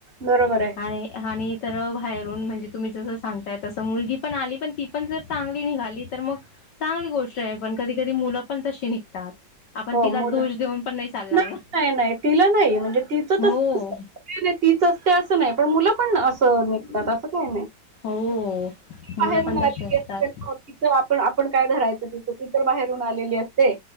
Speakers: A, on the right (about 30°); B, on the left (about 65°).
A: बरोबर आहे
B: आणि आणि तर बाहेरून म्हणजे, तुम्ही जस सांगताय तसं मुलगी पण आली. पण ती पण जर चांगली निघाली तर मग चांगली गोष्ट आहे. पण कधी कधी मुलं पण तशी निघतात. आपण
A: हो
B: तिला
A: मुलं
B: दोष देऊन, पण नाही चालणार
A: नाही
B: ना
A: नाही नाही तिला नाही म्हणजे, तिचं तसं
B: हो
A: असते असं नाही. पण मुलं पण असं निघतात, असं काही नाही.
B: हो. मुलं
A: बाहेरून
B: पण तशी
A: आलेली
B: असतात
A: असते. तिथ आपण आपण काय? धरायचं तिथं ती तर बाहेर <unintelligible> आलेली असते.